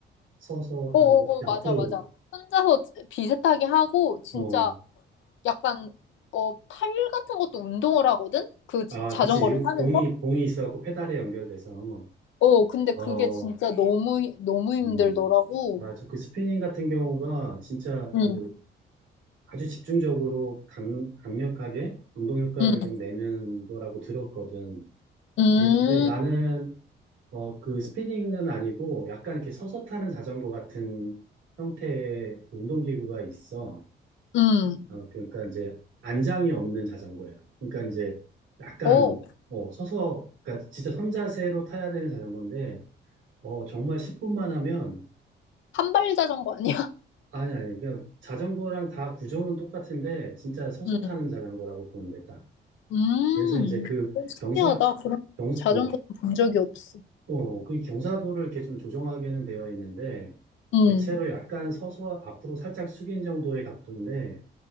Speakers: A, on the right; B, on the left.
A: 서서 하는,
B: 어어어,
A: 자-
B: 맞아,
A: 앞으로,
B: 맞아. 혼자서 비슷하게 하고, 진짜
A: 어,
B: 약간, 어, 팔 같은 것도 운동을 하거든? 그 지-
A: 아,
B: 자전거를
A: 그치.
B: 타면서?
A: 봉이, 봉이 있어갖고 페달에 연결돼서,
B: 어, 근데
A: 어,
B: 그게 진짜 너무, 힘- 너무 힘들더라고.
A: 음, 맞아. 그 스피닝 같은 경우가 진짜
B: 응,
A: 그 아주 집중적으로 강, 강력하게 운동 효과를
B: 응,
A: 좀 내는 거라고 들었거든.
B: 음,
A: 근데 나는, 어, 그 스피닝은 아니고 약간 이렇게 서서 타는 자전거 같은 형태의 그 운동기구가 있어.
B: 음.
A: 어, 그러니까 이제 안장이 없는 자전거야. 그러니까 이제 약간
B: 오,
A: 뭐, 어, 서서 그러니까 진짜 선자세로 타야 되는 자전거인데 어, 정말 10분만 하면
B: 한발 자전거 아니야? <laughs>
A: 아니 아니 그냥 자전거랑 다 구조는 똑같은데 진짜 서서
B: 응,
A: 타는 자전거라고 보면 됐다.
B: 음.
A: 그래서 이제 그
B: 오, 신기하다.
A: 경사
B: 그런
A: 경
B: 자전거
A: 어,
B: 본 적이 없어.
A: 어, 그 경사도를 이렇게 좀 조정하게는 되어 있는데
B: 응,
A: 대체로 약간 서서 앞으로 살짝 숙인 정도의 각도인데